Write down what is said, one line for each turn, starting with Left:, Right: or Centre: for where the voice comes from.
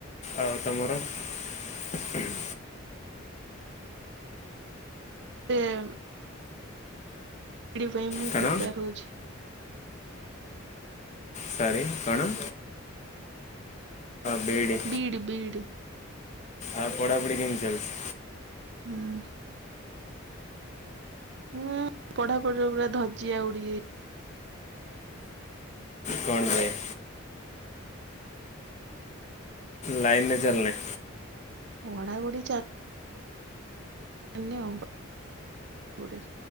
Left: ଆଉ ତମର। ହୁଁ <inaudible>
Right: ଏମ୍। ବି ଡି ପାଇଁ ମୁଁ
Left: କଣ
Right: ପ୍ରିପେୟାର ହଉଚି।
Left: ସରି କଣ? BEd
Right: BEd BEd.
Left: ଆଉ ପଢାପଢି କେମିତି ଚାଲିଛି।
Right: ହୁଁ। ହୁଁ ପଢାପଢିର ପୁରା ଧଜିଆ ଉଡିଯାଇ
Left: କଣ ପାଇଁ। ଲାଇନରେ ଚାଲିନି।
Right: <unintelligible> ଚଳିନି ଆଉ ଗୋଟେ